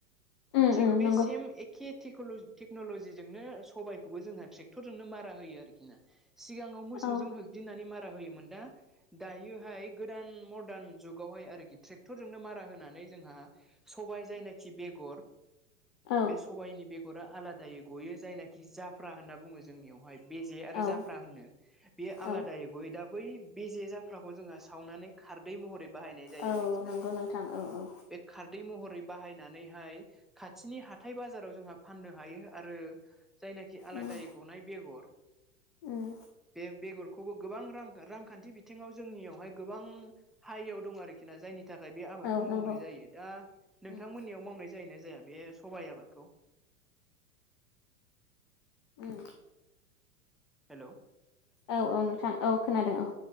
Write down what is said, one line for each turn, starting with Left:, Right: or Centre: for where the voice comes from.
Left: उम
Centre: थिक
Left: उम
Centre: बे
Left: नंगौ
Centre: सेम एखे टेक्न'लजि इदिनो सबाइखौबो जोङो ट्रेक्टरजोंनो मारा होयो आरोखिना सिगांआव मोसौजों
Left: औ
Centre: होबदिंनानै मारा होयोमोन दा दायोहाय गोदान मदार्न जुगावहाय आरोखि ट्रेक्टरजोंनो मारा होनानै जोंहा सबाय जायनाखि बेगर
Left: औ
Centre: बे सबायाइनि बेगरा आलादायै गयो जायनाखि जाफ्रा होनना बुङो जोंनियावहाय बेजे आरो
Left: औ
Centre: जाफ्रा होननो बेयो आलादायै
Left: औ
Centre: गयो दा बै बेजे जाफ्राखौ जोंहा सावनानै खारदै महरै बाहायनाय जायो
Left: औ
Centre: आरोखि ना
Left: नंगौ नोंथां औ औ
Centre: बे खारदै महरै बाहायनानैहाय खाथिनि हाथाय बाजाराव जोंहा फाननो हायो आरो जायनाखि आलादायै
Left: उम
Centre: गनाय बेगर
Left: उम
Centre: बे बेगरखौबो गोबां रां रां खान्थि बिथिङाव जोंनियावहाय गोबां हयआव दं आरोखि ना जायनि नि थाखाय बे आबादखौ
Left: औ
Centre: मावनाय
Left: नंगौ
Centre: जायो दा नोंथांमोननियाव
Left: उम उम
Centre: मावनाय जायोना जाया जाया बे सबाइ आबादखौ।
Left: उम
Centre: हेल'
Left: औ औ नोंथां औ खोनादों औ।